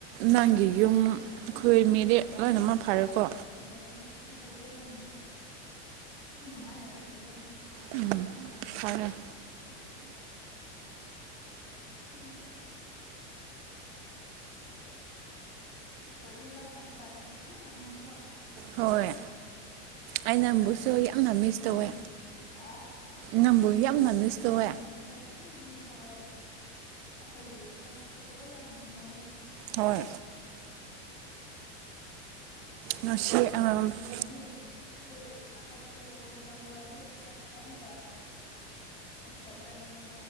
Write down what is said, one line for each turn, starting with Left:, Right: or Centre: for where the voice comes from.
Right: ꯅꯪꯒꯤ ꯌꯨꯝ ꯈꯣꯏ ꯃꯤꯗꯤ ꯂꯣꯏꯅꯃꯛ ꯐꯥꯔꯦꯀꯣ
Left: ꯑꯣꯏꯌꯦ ꯃꯈꯣꯏꯁꯨ ꯌꯥꯝ ꯌꯥꯝ ꯅꯨꯡꯉꯥꯏꯔꯒ ꯂꯩꯌꯦ
Right: ꯎꯝ ꯐꯔꯦ
Left: ꯀꯔꯤꯒꯤ ꯑꯩꯈꯣꯏꯒꯤ ꯂꯥꯁꯇꯥꯝ ꯀ꯭ꯂꯥꯁꯃꯦꯠꯇꯨ ꯌꯥꯝ ꯅꯨꯡꯉꯥꯏꯀꯣ
Right: ꯍꯣꯏ ꯑꯩꯅ ꯅꯪꯕꯨꯁꯨ ꯌꯥꯝꯅ ꯃꯤꯁ ꯇꯧꯋꯦ
Left: ꯍꯥ
Right: ꯅꯪꯕꯨ ꯌꯥꯝꯅ ꯃꯤꯁ ꯇꯧꯋꯦ
Left: ꯑꯣ ꯑꯩꯁꯨ ꯌꯥꯝ ꯃꯤꯁ ꯇꯧꯋꯦ ꯑꯩꯈꯣꯏꯒꯤ ꯍꯥꯏ ꯁ꯭ꯀꯨꯜꯗꯒ ꯌꯥꯝ ꯅꯨꯡꯉꯥꯏꯌꯦ꯫
Right: ꯍꯣꯏ ꯉꯁꯤ <unintelligible>
Left: ꯑꯩꯗꯤ ꯑꯈꯣꯏ ꯅ ꯁ꯭ꯀꯨꯜ ꯂꯩꯕ ꯃꯇꯝꯗꯣ ꯑꯩꯗꯤ ꯆꯠ ꯑꯃꯨꯛꯀ ꯑꯝꯇ ꯆꯠꯅꯤꯡꯉꯦ